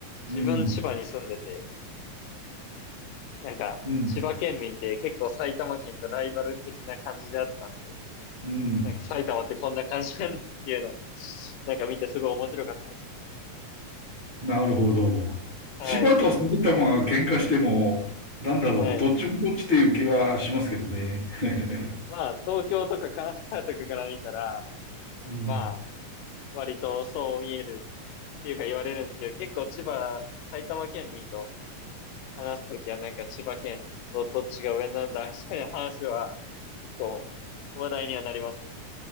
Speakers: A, on the right (about 20°); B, on the left (about 85°).
A: うん。
B: 自分千葉に住んでて、なんか、
A: うん。うん。
B: 千葉県民って結構埼玉県とライバル的な感じであったんで、
A: うん。
B: なんか埼玉ってこんな感じなんだっていうの、なんか見てすごい面白かったんですよ。
A: なるほど。
B: はい。
A: 千葉と埼玉が喧嘩しても、なんだろう、
B: はい。
A: どっちもどっちっていう気はしますけどね。<laughs>
B: まあ、東京とか神奈川とかから見たら、
A: うん。
B: まあ、割とそう見えるっていうか言われるんですけど、結構千葉、埼玉県民と話すときはなんか千葉県とどっちが上なんだみたいな話は結構話題にはなりますね。